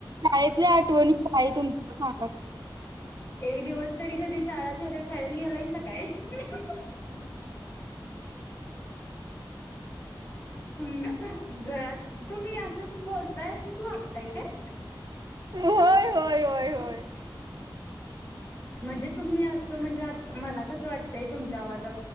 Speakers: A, on the right; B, on the left.
A: शाळेतल्या आठवणी काय तुमच्या सांगा?
B: एक दिवस तरी कधी शाळा झाल्या शाळेत. <unintelligible> ह घरात तुम्ही असंच बोलताय असंच वागताय काय.
A: होय होय
B: <inaudible>
A: होय होय
B: म्हणजे तुम्ही असं म्हणजे आ. मला कसं वाटतंय तुमच्या आवाज